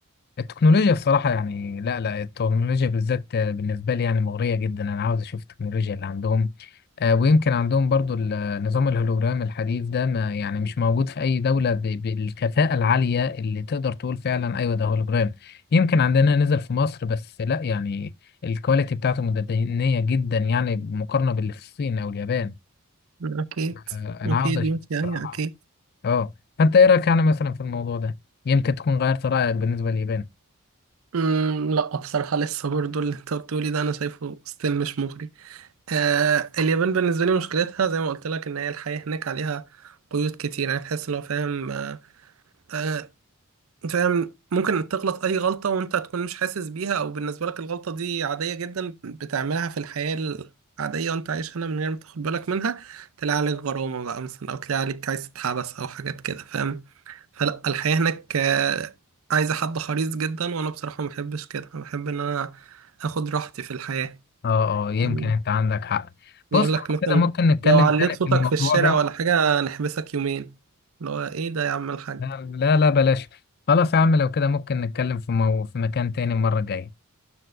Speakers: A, on the left; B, on the right.
A: التكنولوجيا الصراحه يعني لا لا التكنولوجيا بالذات بالنسبه لي يعني مغريه جدا انا عاوز اشوف التكنولوجيا اللي عندهم آه، ويمكن عندهم برضو النظام الهولوجرام الحديث ده ما يعني مش موجود في أي دولة ب- بالكفاءة العالية اللي تقدر تقول فعلا أيوة ده هولوجرام يمكن عندنا نزل في مصر بس لا يعني الكواليتي بتاعته متدنية جدا يعني مقارنة باللي في الصين أو اليابان
B: اكيد
A: آه، أنا
B: اكيد
A: عاوز أشوف
B: ماشي
A: الصراحة
B: ايوه اكيد
A: أه فأنت إيه رأيك يعني مثلا في الموضوع ده يمكن تكون غيرت رأيك بالنسبة لليابان
B: مم، لا بصراحة لسه برضو اللي انت بتقولي ده انا شايفه ستيل مش مغري آه اليابان بالنسبة لي مشكلتها زي ما قلت لك ان هي الحياة هناك عليها قيود كتير يعني تحس لو فاهم آه فاهم ممكن تغلط اي غلطة وانت تكون مش حاسس بيها او بالنسبة لك الغلطة دي عادية جدا بتعملها في الحياة العادية وانت عايش هنا من غير ما تاخد بالك منها تلاقي عليك غرامة بقى مثلا او تلاقي عليك عايز تتحبس او حاجات كده فاهم فلا الحياة هناك آه، عايزة حد حريص جدا وأنا بصراحة ما بحبش كده أنا بحب إن أنا آخد راحتي في الحياة
A: أه أه يمكن
B: يعني
A: أنت عندك حق بص
B: يقول
A: لو
B: لك مثلا
A: كده ممكن نتكلم
B: لو عليت
A: تاني
B: صوتك
A: في الموضوع
B: في الشارع
A: ده
B: ولا حاجة نحبسك يومين اللي هو إيه ده يا عم الحاج
A: نعم، لا لا بلاش خلاص يا عم لو كده ممكن نتكلم في مو... في مكان تاني المرة الجاية